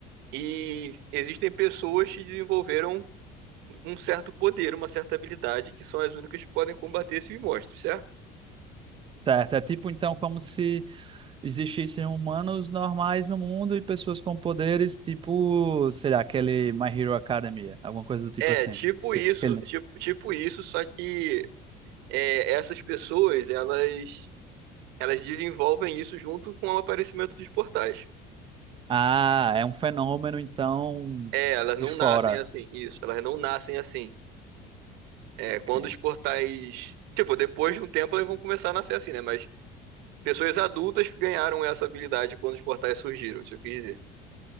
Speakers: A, on the right (about 75°); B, on the right (about 30°).
A: E existem pessoas que desenvolveram um certo poder, uma certa habilidade, que são as únicas que podem combater esses monstros, certo?
B: Certo, é tipo então como se existissem humanos normais no mundo e pessoas com poderes, tipo, sei lá, aquele My Hero Academia, alguma coisa do tipo
A: É,
B: assim.
A: tipo
B: Que-
A: isso,
B: Aquele...
A: tipo, tipo isso, só que é, essas pessoas, elas, elas desenvolvem isso junto com o aparecimento dos portais.
B: Ah, é um fenômeno então
A: É, elas não
B: de fora.
A: nascem Porra. assim, isso, elas não nascem assim. É,
B: Ok.
A: quando os portais. Tipo, depois de um tempo eles vão começar a nascer assim, né? Mas pessoas adultas ganharam essa habilidade quando os portais surgiram, isso eu quis dizer.